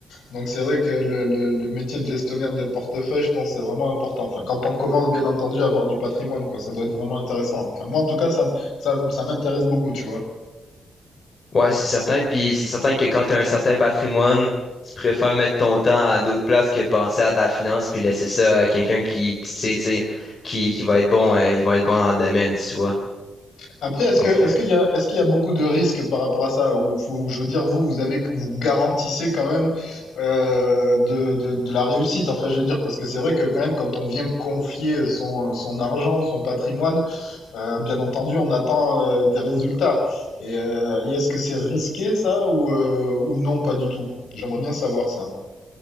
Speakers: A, on the left; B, on the left.
A: Donc, c'est vrai que le, le, le métier de gestionnaire de portefeuille, je pense, c'est vraiment important. Enfin, quand on commence, bien entendu, à avoir du patrimoine, quoi, ça doit être vraiment intéressant. Enfin, moi, en tout cas, ça, m- ça, m- ça m'intéresse beaucoup, tu vois.
B: Ouais, c'est certain. Puis c'est certain que quand tu as un certain patrimoine, tu préfères mettre ton temps à d'autres places que penser à ta finance puis laisser ça à quelqu'un qui, qui sait, tu sais, qui, qui va être bon, euh, ils vont être bons dans le domaine, tu vois.
A: Après, est-ce
B: Donc,
A: que, est-ce
B: euh,
A: qu'il y a, est-ce qu'il y a beaucoup de risques par rapport à ça? Ou, faut- je veux dire, vous, vous avez, vous garantissez quand même euh, de, de, de la réussite. Enfin, je veux dire, parce que c'est vrai que quand même, quand on vient confier son, son argent, son patrimoine, euh, bien entendu, on attend euh, des résultats. Et, euh, et est-ce que c'est risqué ça ou, euh, ou non, pas du tout? J'aimerais bien savoir ça.